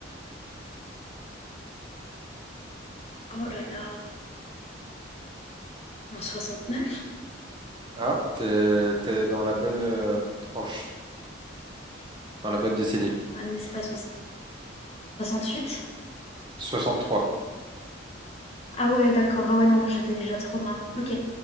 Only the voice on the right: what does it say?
Ah, t'es, t'es dans la bonne euh, tranche, dans la bonne décennie.
63.